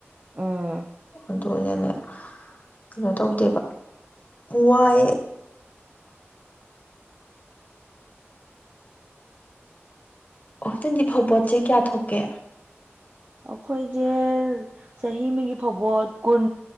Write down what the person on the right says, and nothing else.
ꯎꯝ
ꯑꯩꯈꯣꯏꯖꯦ ꯆꯍꯤ ꯑꯃꯒꯤ ꯐꯥꯎꯕꯣꯠ ꯀꯨꯟ